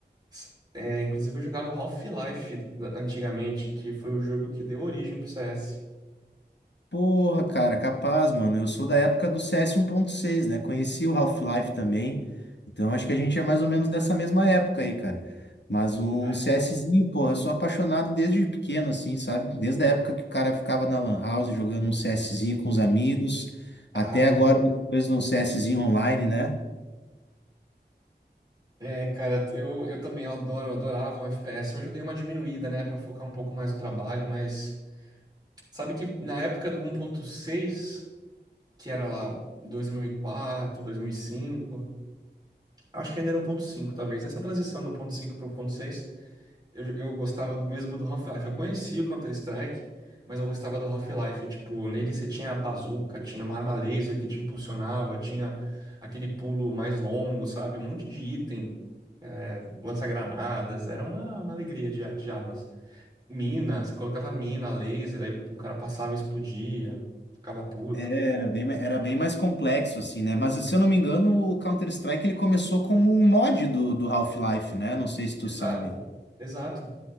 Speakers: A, on the right; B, on the left.
A: S- É, inclusive eu jogava o Half-Life da- antigamente, que foi o jogo que deu origem pro CS.
B: Porra, cara, capaz, mano. Eu sou da época do CS seis, né? Conheci o Half-Life também. Então acho que a gente é mais ou menos dessa mesma época aí, cara. Mas um
A: Verdade.
B: CSzinho, porra, eu sou apaixonado desde pequeno, assim, sabe? Desde a época que o cara ficava na Lan House jogando um CSzinho com os amigos,
A: Ah,
B: até
A: todo
B: agora,
A: mundo.
B: depois no CSzinho online, né?
A: É, cara, eu, eu também adoro, eu adorava o FPS. Hoje eu dei uma diminuída, né, pra focar um pouco mais no trabalho, mas sabe que na época do um ponto seis que era lá dois dois mil mil e quatro, dois mil e cinco, acho que ainda era um ponto cinco talvez. Nessa transição do um 1.5 pro um ponto seis, eu, eu gostava do mesmo do Half-Life. Eu conhecia o Counter-Strike, mas eu gostava do Half-Life. Tipo, nele você tinha a bazuca, tinha uma arma laser que te impulsionava, tinha aquele pulo mais longo, sabe? Um monte de item lança-granadas, era uma, uma alegria de, de armas. Mina, você colocava mina, laser, aí o cara passava e explodia, ficava puto.
B: Era bem, ma- era bem mais complexo, assim, né? Mas se eu não me engano, o Counter-Strike ele começou como um mod do, do Half-Life, né? Não sei se tu
A: Exato.
B: sabe.
A: Exato.